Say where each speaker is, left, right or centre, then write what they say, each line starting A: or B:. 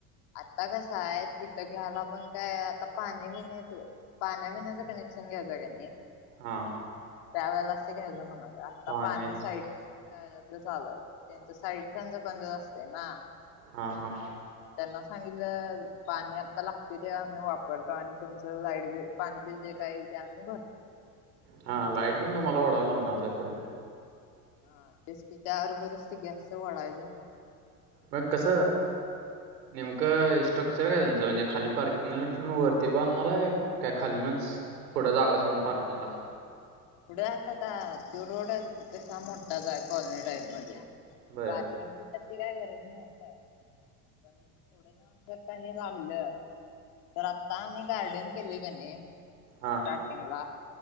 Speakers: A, on the left (about 60°); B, on the right (about 75°).
A: आता कस आहे तिथं घ्यायला पण काय आता पाणी बिनी येत पाण्या बिण्याच कनेक्शन घ्यायचं कणी
B: हा.
A: त्यावेळेला अस घ्यायच म्हणाले आता
B: पाण्याच
A: पाणी साईडच्यांच्या हेज्यात चालू हाय त्यांच साईड त्यांच बंदर असते ना.
B: हा हा
A: त्यांना सांगितलं पाणी आता लागते ते आम्ही वापरतो आणि तुमचं लाईट बिल पाणी बिल जे काय येईल ते आम्ही भरतो अस सांगतो.
B: हा लाईट पण तुम्हाला वडायला लागणारचं हाय पुडं.
A: हा तेच कि त्याबरोबरच ते गॅसच वढायच.
B: मग कस नेमकं हे स्ट्रक्चर काय तुमचं म्हणजे खाली पार्किंगला ठेवून वरती बांधणार आहे काय खालीनच थोड जागा सोडून पार्किंगला.
A: पुढे आता त्यो रोड आहे कसा मोठाचय कॉलनी टाईप मध्ये.
B: बर
A: पार्किंगची त शी काय गरज नाहीचाय पण थोड जाऊन जर का हे लागलं. तर आता आम्ही गार्डन केले कणी स्टार्टिंग
B: हा
A: ला.